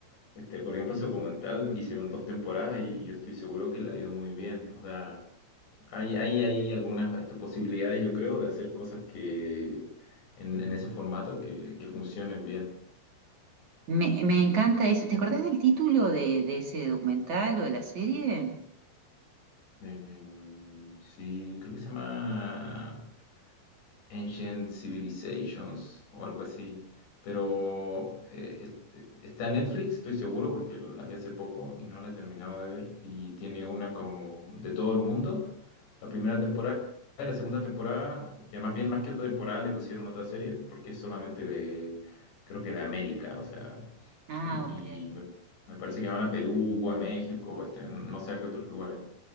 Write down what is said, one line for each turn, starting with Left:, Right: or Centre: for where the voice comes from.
Left: Este, por ejemplo, su documental hicieron dos temporadas y, y yo estoy seguro que le ha ido muy bien. O sea, hay, hay, hay algunas este, posibilidades, yo creo, de hacer cosas que en, en ese formato que, que funcionen bien.
Right: Me, me encanta eso. ¿Te acordás del título de, de ese documental o de la serie?
Left: Em, sí, creo que se llama Ancient Civilizations o algo así. Pero eh, es- está en Netflix, estoy seguro, porque lo- la vi hace poco y no la he terminado de ver. Y tiene una como de todo el mundo. La primera temporada y la segunda temporada, que más bien más que otra temporada le pusieron otra serie, porque es solamente de, creo que de América, o sea,
Right: Ah,
Left: y,
Right: ok.
Left: y me, me parece que van a Perú, a México, este, no no sé a qué otros lugares.